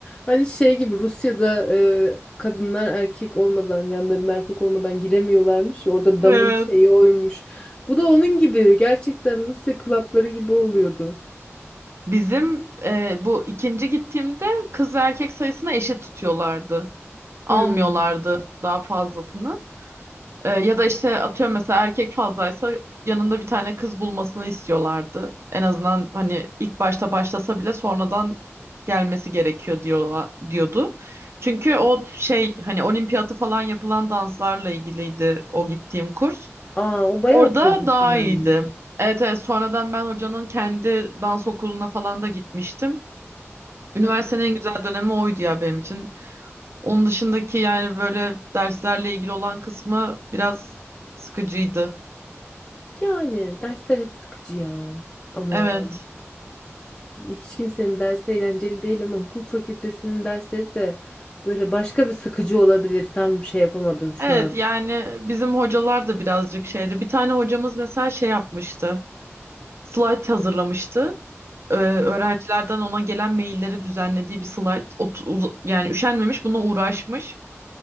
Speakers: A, on the left; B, on the right.
A: hani şey gibi Rusya'da e, kadınlar erkek olmadan yanlarında erkek olmadan giremiyorlarmış ya, orada damın
B: Evet.
A: şeyi oymuş. Bu da onun gibi gerçekten Rusya klapları gibi oluyordu.
B: Bizim e, bu ikinci gittiğimde kız ve erkek sayısını eşit tutuyorlardı. Almıyorlardı
A: Hmm.
B: daha fazlasını. E, ya da işte atıyorum mesela erkek fazlaysa yanında bir tane kız bulmasını istiyorlardı. En azından hani ilk başta başlasa bile sonradan gelmesi gerekiyor diyor, diyordu. Çünkü o şey hani olimpiyatı falan yapılan danslarla ilgiliydi o gittiğim kurs.
A: Aa o bayağı
B: Orada
A: profesyonelmiş.
B: daha iyiydi. Evet, evet sonradan ben hocanın kendi dans okuluna falan da gitmiştim. Üniversitenin
A: Hı hı.
B: en güzel dönemi oydu ya benim için. Onun dışındaki yani böyle derslerle ilgili olan kısmı biraz sıkıcıydı.
A: Yani dersler hep sıkıcı ya. Aman
B: Evet.
A: hiç kimsenin dersi eğlenceli değil ama hukuk fakültesinin dersleri de böyle başka bir sıkıcı olabilir. Tam şey yapamadım şu
B: Evet
A: an.
B: yani bizim hocalar da birazcık şeydi. Bir tane hocamız mesela şey yapmıştı. Slide hazırlamıştı. Ee, öğrencilerden ona gelen mailleri düzenlediği bir slide. Ot- uz- yani üşenmemiş buna uğraşmış.